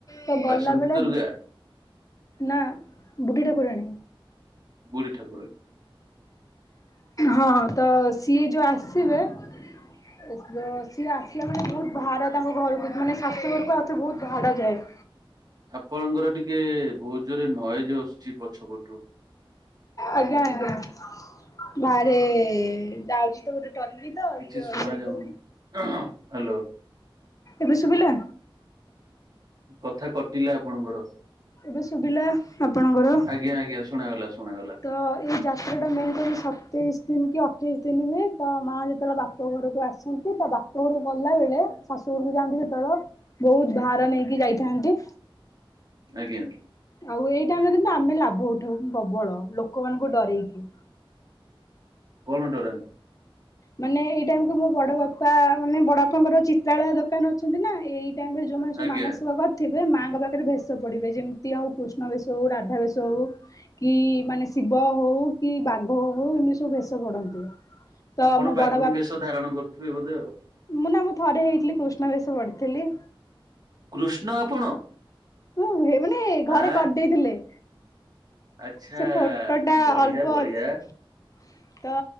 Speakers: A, on the left; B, on the right.
A: ତ
B: ବାସନ୍ତୀ
A: ଗଲା ବେଳେ
B: ଦୁର୍ଗା
A: ନା ବୁଢ଼ୀ ଠାକୁରଣୀ
B: <unintelligible>
A: ହଁ ତ ସିଏ ଯୋଉଁ ଆସିବ ସିଏ ଆସିଲେ ମାନେ ବହୁତ ବାହାରେ ତାଙ୍କ ଘରକୁ ମାନେ ଶାଶୁ ଘରକୁ ଆଉଥରେ ବହୁତ ଭଡା ଯାଏ।
B: ଆପଣଙ୍କର ଟିକେ ବହୁତ ଜୋରେ ନଏଜ ଆସୁଛି ପଛ ପଟୁ।
A: ଆଜ୍ଞା ଆଜ୍ଞା ବାହାରେ ଯାଉଛି ତ ଗୋଟେ ଟଲି ତ
B: କିଛି ଶୁଣା
A: ସେଇ
B: ଯାଉନି
A: ତ
B: ହ୍ୟାଲୋ
A: ଏବେ ଶୁଭିଲା?
B: କଥା କଟିଲା ଆପଣଙ୍କର
A: ଏବେ ଶୁଭିଲା ଆପଣଙ୍କର?
B: ଆଜ୍ଞା ଆଜ୍ଞା ଶୁଣାଗଲା ଶୁଣାଗଲା
A: ତ ଏଇ ଯାତ୍ରା ଟା ମେନକରି ସ ତେଇଶି ଦିନି କି ଅଠେଇଶି ଦିନି ହୁଏ ତ ମା ଯେତେବେଳେ ବାପ ଘରକୁ ଆସନ୍ତି ତା ବାପ ଘରୁ ଗଲାବେଳେ ଶାଶୁଘରକୁ ଯାଆନ୍ତି। ସେତେବେଳେ ବହୁତ ଭାର ନେଇକି ଯାଇଥାନ୍ତି।
B: ଆଜ୍ଞା।
A: ଆଉ ଏଇ ଟାଇମ ରେ କିନ୍ତୁ ଆମେ ଲାଭ ଉଠାଉ ପ୍ରବଳ ଲୋକମାନଙ୍କୁ ଡରେଇକି।
B: କଣ ଡରାନ୍ତି।
A: ମାନେ ଏଇ ଟାଇମ କୁ ମୋ ବଡ଼ବାପା ମାନେ ବଡ଼ବାପାଙ୍କର ଚିତ୍ରାଳୟ ଦୋକାନ ଅଛନ୍ତି ନା ଏଇ ଏଇ ଟାଇମ ରେ ଯେଉଁମାନେ ସବୁ
B: ଆଜ୍ଞା
A: ମାନସିକ କରିଥିବେ ମାଙ୍କୁ ଙ୍କ ପାଖରେ ବେଶ ପଡିବେ ଯେମତି ହଉ କୃଷ୍ଣ ବେଶ ହଉ ରାଧା ବେଶ ହଉ କି ମାନେ ଶିବ ହଉ ହଉ କି ବାଘ ହଉ ଏମିତି ସବୁ ଭେଷ ପଡନ୍ତି। ତ
B: ଆପଣ
A: ମୋ
B: ବାଘୁଣୀ
A: ବଡ ବାପା
B: ବେଶ ଧାରଣ କରୁଥିବେ ବୋଧେ ଆଉ?
A: ମୁଁ ନା ମୁଁ ଥରେ ହେଇଥିଲି କୃଷ୍ଣ ବେଶ ପଡ଼ିଥିଲି।
B: କୃଷ୍ଣ ଆପଣ?
A: ମୁଁ ହେଇନି ଘରେ
B: ଆ
A: କରିଦେଇଥିଲେ।
B: ଆଚ୍ଛା
A: ସେ ଫଟୋ ଟା
B: ବଢିଆ
A: ଅଳ୍ପ
B: ବଢିଆ
A: ଅଛି। ତ